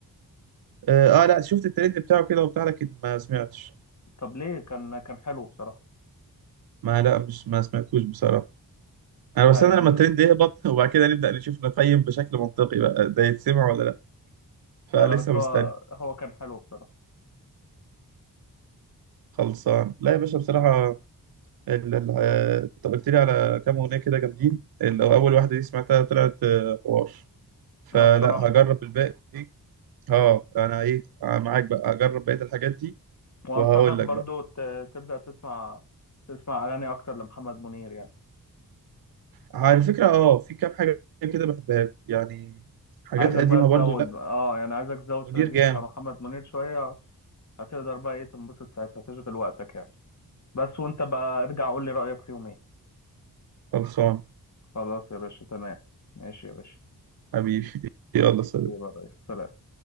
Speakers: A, on the right (about 65°); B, on the left (about 45°).
A: اه آه، لا شفت الترند بتاعه كده وبتاع لكن ما سمعتش
B: طب ليه كان كان حلو بصراحة
A: ما لا مش ما سمعتوش بصراحة انا
B: لا
A: بستنى
B: يعني
A: لما الترند يهبط <laughs> وبعد كده نبدأ نشوف نقيم بشكل منطقي بقى ده يتسمع ولا لا فلسه
B: لا لا بس
A: مستني
B: هو هو كان حلو بصراحة
A: خلصان لا يا باشا بصراحة ال- ال- آه، انت قلت لي على كام اغنيه كده جامدين اللي هو اول واحده دي سمعتها طلعت آه، حوار فلا
B: لا بصراحة
A: هجرب الباقي اه انا ايه آه، معاك بقى هجرب بقيه الحاجات دي
B: وانصحك
A: وهقول لك
B: برضو
A: بقى
B: ت- تبدأ تسمع تسمع اغاني اكتر لمحمد منير يعني
A: على فكره اه في كام حاجه كده بحبها له. يعني حاجات
B: عايزك
A: قديمه
B: بقى تزود
A: برضو لا
B: اه يعني عايزك تزود
A: منير
B: في القديم
A: جامد
B: بتاع محمد منير شوية هتقدر بقى ايه تنبسط ساعتها تشغل وقتك يعني بس وانت بقى ارجع قول لي رأيك فيهم ايه
A: خلصان
B: خلاص يا باشا تمام ماشي يا باشا
A: حبيبي <laughs> يلا سلام
B: حبيبي يا ريس سلام